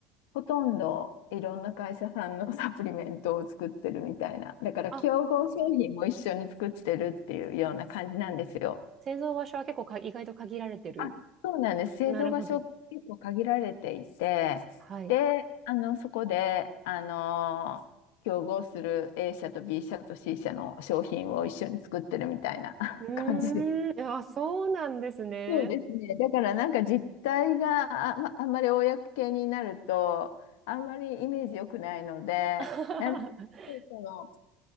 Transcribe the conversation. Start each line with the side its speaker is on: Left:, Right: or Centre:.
Left: ほとんどいろんな会社さんのサプリメントを作ってるみたいな。だから競合商品も一緒に作ってるっていうような感じなんですよ。
Right: あ、製造場所は結構か意外と限られてる。
Left: あ、そうなんです。製造場所結構限られていて、
Right: なるほど。はい。
Left: で、あの、そこで、あの、競合する A 社と B 社と C 社の商品を一緒に作ってるみたいな
Right: うーん、
Left: <laughs> 感じで
Right: あ、そうなんですね。
Left: そうですね。だからなんか実態があ、まあんまり公になると、あんまりイメージ良くないので、
Right: <laughs>
Left: なるべくその、